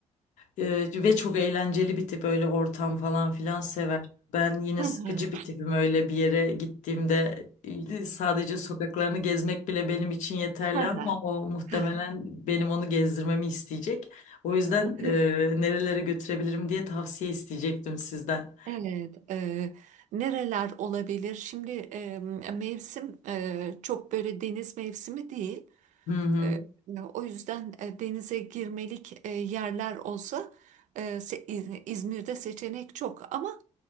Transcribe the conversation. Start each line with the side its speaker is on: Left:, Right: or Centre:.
Left: Ee, ve çok eğlenceli bir tip öyle ortam falan filan sever. Ben yine
Right: Hı
Left: sıkıcı
Right: hı.
Left: bir tipim öyle bir yere gittiğimde e, sadece sokaklarını gezmek bile benim için yeterli
Right: Hı hı.
Left: ama o muhtemelen
Right: Hı
Left: benim onu gezdirmemi isteyecek. O yüzden
Right: hı.
Left: e, nerelere götürebilirim diye tavsiye isteyecektim sizden.
Right: Evet, e, nereler olabilir? Şimdi e, mevsim e, çok böyle deniz mevsimi değil.
Left: Hı hı
Right: E, o yüzden e, denize girmelik e, yerler olsa e, se- İz- İzmir'de seçenek çok. Ama